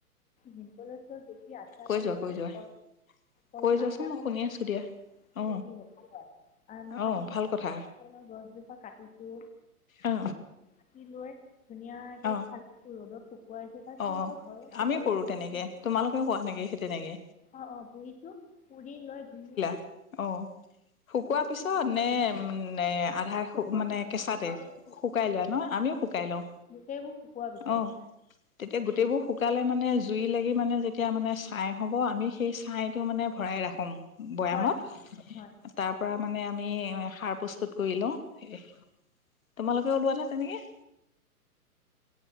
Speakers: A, on the left; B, on the left.
A: ভীম প্ৰজৰ বখি আঠা
B: কৈ
A: কলৰে
B: যোৱা কৈ যোৱা
A: কল
B: কৈ যোৱাচোন
A: আ
B: মই
A: কলৰ।
B: শুনি আছো দিয়া
A: <unintelligible>
B: অ অ ভাল কথা
A: গছজোপা কাটিছো
B: অ
A: <unintelligible> ধুনীয়াকে
B: অ
A: ভালছো ৰ'দত। তাৰপিছত
B: অ অ
A: আকৌ ঘৰৰ চোতালতে
B: আমিও কৰো তেনেকে
A: পুৰিছো
B: তোমালোকে
A: হয়
B: কৰা নেকি সেই তেনেকে
A: অ অ পুৰিছো পুৰি লৈ ধুনীয়া।
B: অহ শুকোৱাৰ পিছত
A: লৈ
B: নে
A: জা-
B: উ আধা
A: শুকোৱাৰ
B: মানে
A: পিছত
B: কেঁচাতে
A: শুকাওতে
B: শুকাই লোৱা ন আমিও শুকাই লওঁ
A: গোটেইবোৰ শুকোৱাৰ পিছত
B: অহ। তেতিয়া গোটেইবোৰ শুকালে মানে জুই লাগি মানে যেতিয়া মানে ছাই হ'ব আমি সেই ছাইটো মানে ভৰাই ৰাখোম। বৈয়ামত
A: হয় হয় হয়
B: তাৰ পৰা। মানে আমি সাৰ প্ৰস্তুত কৰি লওঁ। সেই। তোমালোকে ওলোৱা ন তেনেকে।